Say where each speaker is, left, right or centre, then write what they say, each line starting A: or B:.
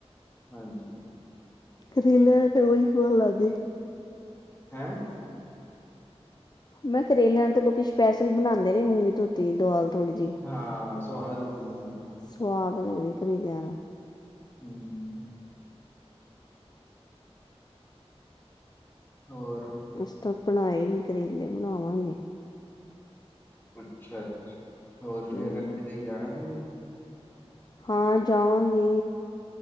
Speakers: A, on the left; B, on the left.
A: ਹਾਂਜੀ।
B: ਕਰੇਲੇ ਤੇ ਉਹੀ ਸਵਾਦ ਲੱਗਦੇ
A: ਹਾਂ।
B: ਮੈ ਕਰੇਲਿਆਂ ਤੋਂ ਲੋਕੀ ਸਪੈਸ਼ਲ ਬਣਾਉਂਦੇ ਨੇ ਮੂੰਗੀ ਧੋਤੀ ਦਾਲ ਥੋੜ੍ਹੀ ਜਿਹੀ
A: ਹਾਂ, ਸਵਾਦ ਹੁੰਦੀ ਫੇਰ ਮੈਮ ਉਹ ਨਾ।
B: ਸਵਾਦ ਲੱਗਦੀ ਕਰੇਲਿਆਂ ਨਾ
A: ਹਮ। ਹੋਰ।
B: ਅਸ ਤਾਂ ਬਣਾਏ ਨੀ ਕਰੇਲੇ, ਬਣਾਵਾਂਗੇ।
A: ਅੱਛਾ-ਅੱਛਾ। ਹੋਰ ਫੇਰ,
B: ਹਮ
A: ਰੱਖੜੀ ਤੇ ਜਾਣਾ ਫੇਰ
B: ਹਾਂ ਜਾਵਾਂਗੇ।